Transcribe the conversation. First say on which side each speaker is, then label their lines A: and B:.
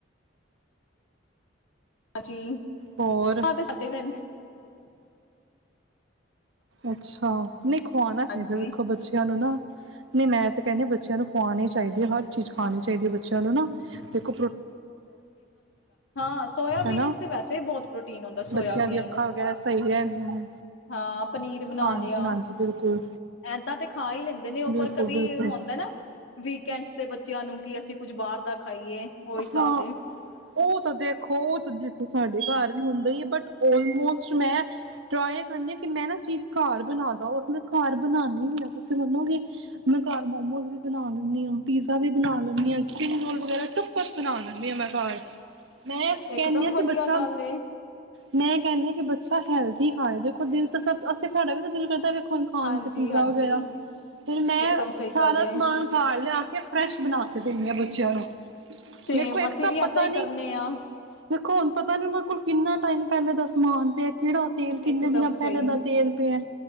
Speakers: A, on the left (about 80°); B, on the right (about 75°).
A: ਹਾਂਜੀ।
B: ਹੋਰ
A: ਖਾ ਤੇ ਛੱਟੇ ਪੈਂਦੇ <unintelligible> <unintelligible>
B: ਅੱਛਾ ਨਹੀਂ ਖਵਾਉਣਾ ਚਾਹੀਦਾ
A: ਹਾਂਜੀ
B: ਦੇਖੋ ਬੱਚਿਆਂ ਨੂੰ ਨਾ ਨਹੀਂ ਮੈਂ ਤੇ ਕਹਿੰਦੀ ਬੱਚਿਆਂ ਨੂੰ ਖਵਾਉਣੀ ਚਾਹੀਦੀ ਹੈ ਹਰ ਚੀਜ਼ ਖਾਣੀ ਚਾਹੀਦੀ ਹੈ ਬੱਚਿਆਂ ਨੂੰ ਨਾ ਦੇਖੋੋ
A: ਹਾਂ ਸੋਇਆਬੀਨ
B: ਹਨਾ
A: ਵਿਚ ਤੇ ਵੈਸੇ ਬਹੁਤ ਪ੍ਰੋਟੀਨ ਹੁੰਦਾ ਸੋਇਆਬੀਨ
B: ਬੱਚਿਆਂ ਦੀ ਅੱਖਾਂ ਵਗੈਰਾ ਸਹੀ ਰਹਿੰਦੀਆਂ ਨੇ
A: ਹਾਂ ਪਨੀਰ ਬਣਾ
B: ਹਾਂਜੀ
A: ਲਿਆ
B: ਹਾਂਜੀ ਬਿਲਕੁਲ
A: ਏਦਾਂ ਤੇ ਖਾ ਹੀ ਲੈਂਦੇ ਨੇ ਉਪਰ
B: ਬਿਲਕੁਲ
A: ਕਦੇ
B: ਬਿਲਕੁਲ
A: ਹੁੰਦਾ ਨਾ ਵੀ। ਕੈ ਨੀ ਸਕਦੇ ਬੱਚਿਆਂ ਨੂੰ ਕਿ ਅਸੀਂ ਕੁੱਝ ਬਾਹਰ ਦਾ ਖਾ ਖਾਈਏ ਉਹੀ ਸਾਬ
B: ਹਾਂ ਉਹ ਤਾਂ ਦੇਖੋ ਉਹ ਤੇ ਦੇਖੋ ਸਾਡੇ ਘਰ ਹੁੰਦਾ ਈ ਏ, ਬੱਟ ਔਲਮੋਸਟ ਮੈਂ ਟ੍ਰਾਈ ਕਰਣੀ ਆ ਕਿ ਮੈਂ ਨਾ ਚੀਜ਼ ਘਰ ਬਣਾਦਾ ਉਹ ਤੇ ਮੈਂ ਘਰ ਬਣਾਣੀ ਵੀ ਆ ਤੁਸੀ ਮੰਨੋਗੇ ਮੈਂ ਘਰ ਮੋਮੋਸ ਵੀ ਬਣਾ ਲੈਂਣੀ ਆਂ, ਪੀਜ਼ਾ ਵੀ ਬਣਾ ਲੈਂਣੀ ਆਂ, ਸਪਿ੍ੰਗ-ਰੋਲ ਵਗੈਰਾ ਸਬ ਕੁਛ ਬਣਾ ਲੈਣੀ ਆ ਮੈਂ ਘਰ। ਮੈਂ
A: ਇਕਦਮ
B: ਕਹਿੰਣੀ ਆ
A: ਵਧੀਆ
B: ਕਿ ਬੱਚਾ
A: ਗੱਲ ਏ
B: ਮੈਂ ਕਹਿੰਣੀ ਆ ਕਿ ਬੱਚਾ ਹੈਲਥ ਦੀ ਹਾਏ ਦੇਖੋ ਦਿਲ ਤਾਂ ਸਭ ਅਸੀਂ ਤੁਹਾਡਾ ਵੀ ਤਾਂ ਦਿਲ ਕਰਦਾ ਏ ਵੇਖੋ ਹੁਣ ਖਾਣ
A: ਹਾਂਜੀ
B: ਤੇ ਪੀਜ਼ਾ
A: ਹਾਂਜੀ
B: ਵਗੈਰਾ ਫਿਰ ਮੈਂ
A: ਇਕਦਮ ਸਹੀ
B: ਸਾਰਾ
A: ਗੱਲ ਏ
B: ਸਮਾਨ ਘਰ ਲਿਆ ਕੇ ਫਰੈਸ਼ ਬਣਾ ਕੇ ਦਿੰਣੀ ਹਾਂ ਬੱਚਿਆਂ ਨੂੰ।
A: ਸੇਮ
B: ਦੇਖੋ ਇੱਕ
A: ਅਸੀਂ
B: ਤਾਂ
A: ਵੀ
B: ਪਤਾ
A: ਐਦਾਂ ਹੀ
B: ਨੀ
A: ਕਰਨੇ ਆ
B: ਦੇਖੋ ਹੁਣ ਪਤਾ ਨੀ ਉਹਨਾਂ ਕੋਲ ਕਿੰਨਾ ਟਾਈਮ ਪਹਿਲੇ ਦਾ ਸਮਾਨ ਪਿਆ ਏ। ਕਿਹੜਾ ਤੇਲ ਕਿੰਨੇ
A: ਇਕਦਮ
B: ਦਿਨਾਂ
A: ਸਹੀ
B: ਪਹਿਲਾਂ ਦਾ ਤੇਲ ਪਿਆ